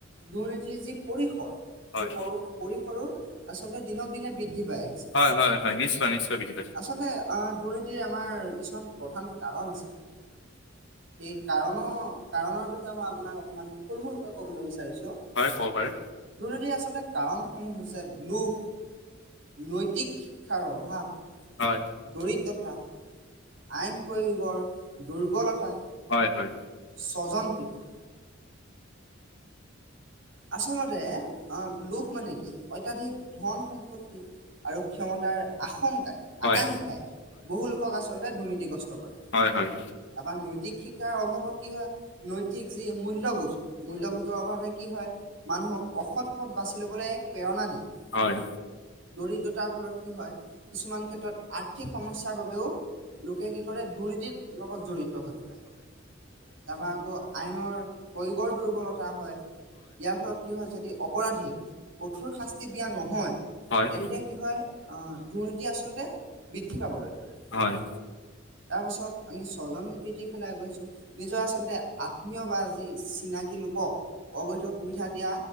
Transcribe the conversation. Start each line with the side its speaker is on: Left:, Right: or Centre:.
Right: দুৰ্নীতিৰ যি পৰিসৰ
Left: হয়
Right: সেই পৰিসৰো আচলতে দিনক দিনে বৃদ্ধি পাই আহিছে।
Left: হয় হয় হয় নিশ্চয় নিশ্চয় বুজি
Right: আচলতে অ দুৰ্নী দুৰ্নীতিৰ আমাৰ কিছুমান প্ৰধান কাৰণ আছে সেই কাৰণো কাৰণৰ বিষয়ে মই আপোনাক অকণমান থূলমূলকৈ ক'বলৈ বিচাৰিছোঁ।
Left: পাইছোঁ হয় ক'ব পাৰে
Right: দুৰ্নীতিৰ আচলতে কাৰণসমূহ হৈছে লোভ। নৈতিক শিক্ষাৰ অভাৱ।
Left: হয়।
Right: দৰিদ্ৰতা, আইন প্ৰয়োগৰ দুৰ্বলতা
Left: হয় হয়
Right: স্বজন প্ৰীতি। আচলতে লোক মানে কি অত্যাধিক ধন সম্পত্তি। আৰু ক্ষমতাৰ আশংকাই
Left: হয়
Right: আকাংক্ষাই
Left: হয়
Right: বহুলোকক আচলতে দুৰ্নীতিগ্ৰস্ত কৰে।
Left: হয় হয়।
Right: তাৰপৰা নৈতিক শিক্ষাৰ অভাৱত কি হয় নৈতিক যি মূল্যবোধ মূল্যবোধৰ অভাৱে কি হয় মানুহক অসৎ পথ বাচি ল'বলৈ এক প্ৰেৰণা দিয়ে।
Left: হয়
Right: দৰিদ্ৰতাৰ ফলত কি হয় কিছুমান ক্ষেত্ৰত আৰ্থিক সমস্যাৰ বাবেও লোকে কি কৰে দুৰ্নীতিৰ লগত জড়িত হৈ পৰে। তাৰপৰা আকৌ আইনৰ প্ৰয়োগৰ দুৰ্বলতা হয়। ইয়াৰ ফলত কি হয় যদি অপৰাধীক কঠোৰ শাস্তি দিয়া নহয়।
Left: হয়
Right: তেন্তে কি হয় আ দুৰ্নীতি আচলতে বৃদ্ধি পাবলৈ ধৰে
Left: হয়
Right: তাৰপিছত আমি ছজন প্ৰীতিৰ ফালে আগবাঢ়িছোঁ নিজৰ আচলতে আত্মীয় বা যি চিনাকি লোকক অবৈধ সুবিধা দিয়া